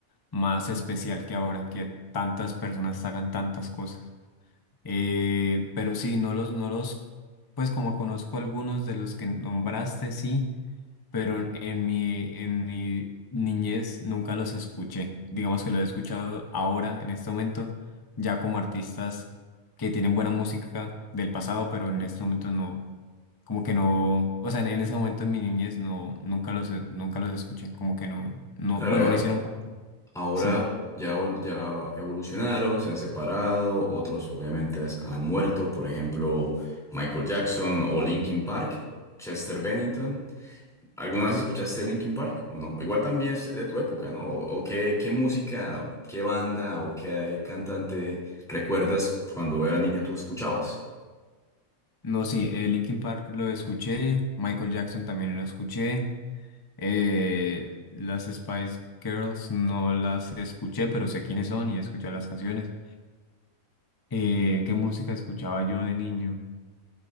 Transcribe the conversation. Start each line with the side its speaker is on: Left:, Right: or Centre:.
Left: más especial que ahora, que tantas personas sacan tantas cosas. Eh, pero sí, no los, no los, pues como conozco algunos de los que nombraste, sí, pero en mi, en mi niñez nunca los escuché. Digamos que los he escuchado ahora, en este momento, ya como artistas que tienen buena música del pasado, pero en este momento no, como que no, o sea, en ese momento en mi niñez no, nunca los, nunca los escuché, como que no, no,
Centre: Claro,
Left: bueno,
Centre: ahora,
Left: no hicieron, parte.
Centre: ahora
Left: sí.
Centre: ya, vol- ya evolucionaron, se han separado, otros obviamente es- han muerto, por ejemplo, Michael Jackson o Linkin Park, Chester Bennington. ¿Alguna vez escuchaste Linkin Park o no? Igual también es de tu época, ¿no? ¿O, o qué, qué música, qué banda o qué cantante recuerdas cuando era niño tú escuchabas?
Left: No, sí, eh, Linkin Park lo escuché, Michael Jackson también lo escuché. Eh, las Spice Girls no las escuché, pero sé quiénes son y he escuchado las canciones. Eh, ¿qué música escuchaba yo de niño?